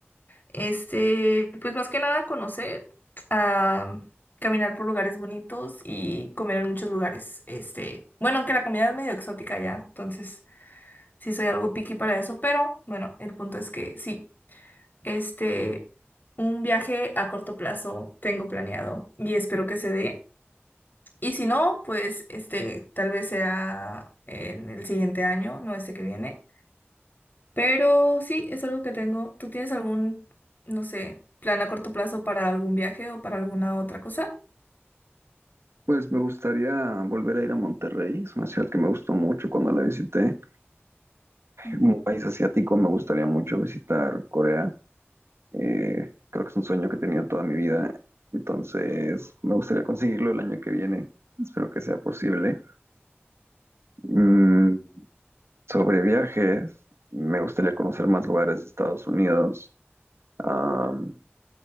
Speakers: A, on the left; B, on the right.
A: Este, pues más que nada conocer, ah, caminar por lugares bonitos y comer en muchos lugares. Este, bueno, aunque la comida es medio exótica ya, entonces sí soy algo picky para eso, pero bueno, el punto es que sí, este, un viaje a corto plazo tengo planeado y espero que se dé. Y si no, pues este, tal vez sea en el siguiente año, no este que viene. Pero sí, es algo que tengo. ¿Tú tienes algún, no sé, plan a corto plazo para algún viaje o para alguna otra cosa?
B: Pues me gustaría volver a ir a Monterrey, es una ciudad que me gustó mucho cuando la visité.
A: Ujú.
B: Un país asiático, me gustaría mucho visitar Corea. Eh, creo que es un sueño que he tenido toda mi vida, entonces me gustaría conseguirlo el año que viene. Espero que sea posible. Mm, sobre viajes, me gustaría conocer más lugares de Estados Unidos. Am,